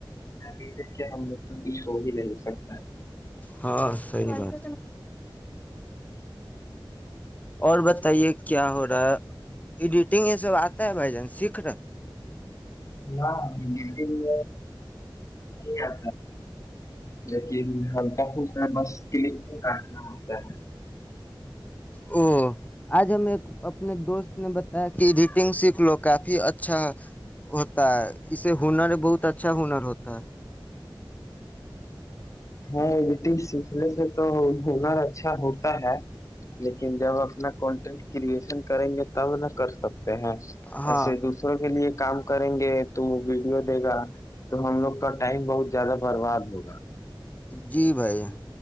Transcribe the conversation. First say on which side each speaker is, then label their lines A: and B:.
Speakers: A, on the left; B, on the left.
A: ابھی تک کے ہم لوگ کا کچھ ہو بھی نہیں سکتا ہے
B: ہاں سی بات اور بتائیے کیا ہو رہا ہے ایڈیٹنگ یہ سب آتا ہے بھائی جان سیکھ رہے
A: ہاں م م ب نہیں آیا لیکن ہم بس کے لیے کاٹنا ہوتا ہے
B: او آج ہم ایک اپنے دوست نے ب کہ ایڈیٹنگ سیکھ لو کافی اچھا ہوتا ہے اسے ہنا نے بہت اچھا ہنر ہوتا ہے <inaudible>
A: ہاں جی سھ تو ہنر اچھا ہوتا ہے لیکن جب اپنا کانٹینٹ کرئشن کریں گے تب نہ کر سکتے ہیں
B: ہاں
A: ایسے دوسروں کے لیے کام کریں گے توم ویڈیو دے گا تو ہم لوگ کا ٹائم بہت زیادہ برباد ہوگا
B: جی بھائی